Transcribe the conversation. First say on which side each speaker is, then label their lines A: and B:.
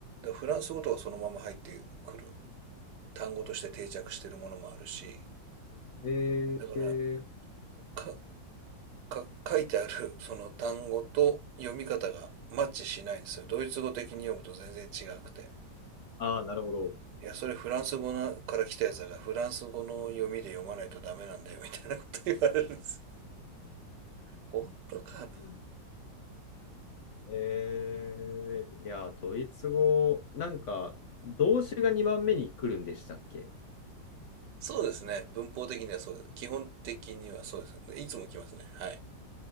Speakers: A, on the right; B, on the left.
A: らフランス語とかそのまま入ってくる単語として定着してるものもあるし、
B: え
A: だから
B: ー、
A: か、か、書いてあるその単語と読み方がマッチしないんですよ。ドイツ語的に読むと全然違くて。
B: ああ、なるほど。
A: いや、それフランス語なから来たやつだから、フランス語の読みで読まないとダメなんだよ、みたいなこと言われるんです。本当かと。
B: <laughs> えー、いや、ドイツ語、なんか、動詞が2番目に来るんでしたっけっ
A: そうですね。文法的にはそうです。基本的にはそうです。でいつも来ますね。はい。